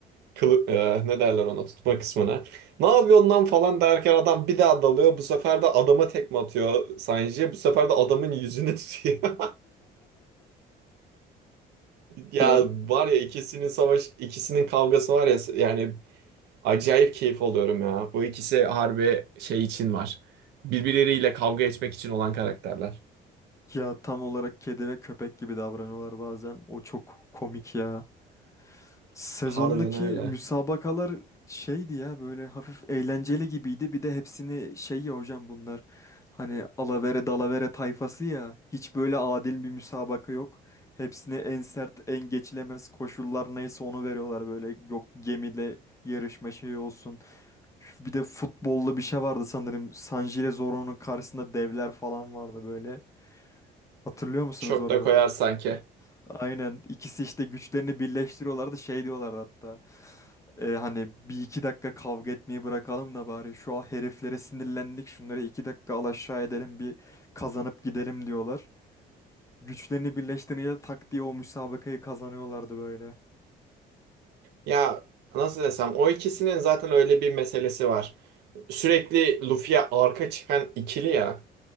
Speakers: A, on the right (about 80°); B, on the left (about 20°).
A: kılı, e, ne derler ona tutma kısmına. Ne yapıyorsun lan falan derken adam bir daha dalıyor. Bu sefer de adama tekme atıyor Sanji. Bu sefer de adamın yüzünü tutuyor. <laughs> Ya
B: Ya
A: var ya ikisinin savaş, ikisinin kavgası var ya yani acayip keyif alıyorum ya. Bu ikisi harbi şey için var. Birbirleriyle kavga etmek için olan karakterler.
B: ya tam olarak kedi ve köpek gibi davranıyorlar bazen. O çok komik ya. Sezondaki
A: Harbiden öyle.
B: müsabakalar şeydi ya böyle hafif eğlenceli gibiydi. Bir de hepsini şey ya hocam bunlar hani alavere dalavere tayfası ya hiç böyle adil bir müsabaka yok. Hepsine en sert en geçilemez koşullar neyse onu veriyorlar böyle yok gemide yarışma şeyi olsun. Bir de futbollu bir şey vardı sanırım San Zoro'nun karşısında devler falan vardı böyle. Hatırlıyor musunuz
A: Çok
B: oraları?
A: da koyar sanki.
B: Aynen ikisi işte güçlerini birleştiriyorlardı şey diyorlardı hatta. E, hani bir iki dakika kavga etmeyi bırakalım da bari şu an heriflere sinirlendik şunları iki dakika al aşağı edelim bir kazanıp gidelim diyorlar. Güçlerini birleştirince tak diye o müsabakayı kazanıyorlardı böyle.
A: Ya nasıl desem o ikisinin zaten öyle bir meselesi var. Sürekli Luffy'ye arka çıkan ikili ya.